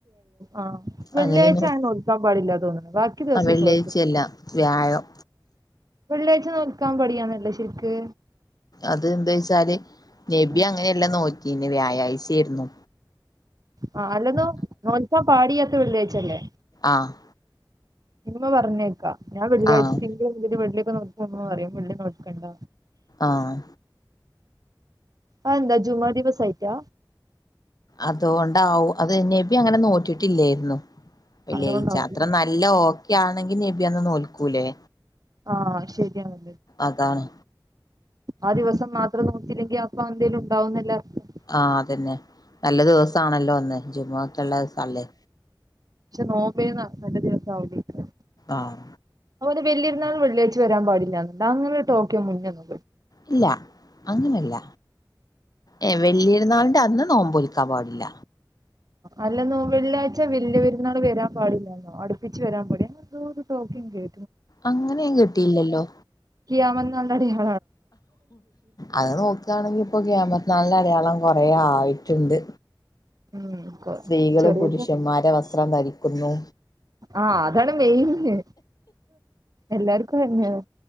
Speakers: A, on the right (about 50°); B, on the left (about 55°).
A: ആ വെള്ളിയാഴ്ച
B: അങ്ങനെയൊന്നും
A: അങ്ങനെ നോക്കാൻ പാടില്ലാ തോന്നുന്നത്. ബാക്കി ദിവസം
B: ആ വെള്ളിയാഴ്ചയല്ല
A: കുഴപ്പില്ല.
B: വ്യാഴം
A: വെള്ളിയാഴ്ച നോക്കാൻ പടിയാണല്ലേ ശരിക്ക്?
B: അത് എന്താ വച്ചാല് നബി
A: ആ
B: അങ്ങനെയെല്ലാം നോക്കിന്ന് വ്യാഴാഴ്ച ആയിരുന്നു.
A: ആ അല്ലെന്നോ നോൽക്കാൻ പാടില്ലാത്ത വെള്ളിയാഴ്ച്ചല്ലേ?
B: ആഹ്
A: ഇമ്മ പർഞ്ഞേക്കാ ഞാ വെള്ളിയാഴ്ച
B: ആഹ്
A: തിങ്കള് മുതല് വെള്ളിക്കെ നോറ്റ ഇമ്മ പറിം വെള്ളി നോൽക്കണ്ട
B: ആഹ്.
A: അ എന്താ ജുമാ ദിവസായിട്ട?
B: അതോണ്ടാവും. അതെ നബി അങ്ങനെ നോറ്റിട്ടില്ലായിരുന്നു. വെള്ളിയാഴ്ച്ച
A: അതുകൊണ്ടാവുംല്ലേ
B: അത്ര നല്ല ഓക്കെ ആണെങ്കി നബി അന്ന് നോൽക്കൂലേ?
A: ആഹ് ശരിയാണ്.
B: അതാണ്.
A: ആ ദിവസം മാത്രം നോറ്റില്ലെങ്കി അപ്പ എന്തേലും ഉണ്ടാവുന്നല്ലേ അർത്ഥം
B: ആഹ് അതന്നെ നല്ല ദിവസാണല്ലോ അന്ന് ജുമുഅ ക്കള്ള ദീസല്ലേ.
A: ശേ നോമ്പിന് നല്ല ദിവസം ആവുല്ലാ യ്ക്കാരം.
B: ആഹ്
A: അതുപോലെ വല്യര്ന്നാള് വെള്ളിയാഴ്ച്ച വരാൻ പാടില്ല അങ്ങനൊരു ടോക്ക് ഞാ മുന്നേ നോ
B: ഇല്ല അങ്ങനല്ല ഏ വല്യര്ന്നാൾന്റെ അന്ന് നോമ്പൊൽക്കാ പാടില്ല.
A: അല്ലെന്നോ വെള്ളിയാഴ്ച വല്യ പെരുന്നാള് വരാൻ പാടില്ലാന്നോ അടുപ്പിച്ച് വരാൻ പാട് അങ്ങനെന്തൊ ഒരു ടോക്ക് ഞാ കേ
B: അങ്ങനെ ഞാൻ കേട്ടില്ലല്ലോ.
A: കിയാമത്ത് നാളിൻ്റെ അടയാ
B: അത് നോക്കാണെങ്കി ഇപ്പൊ ക്യാമ ത്ത് നാളിന്റെ അടയാളം കൊറേ ആയിട്ട്ണ്ട്.
A: ഉം
B: സ്ത്രീകള്
A: ചെറിയ
B: പുരുഷന്മാരെ വസ്ത്രം ധരിക്കുന്നു.
A: ആഹ് അതാണ് മെയ്ന്. എല്ലാർക്കും അയെന്നാണ്.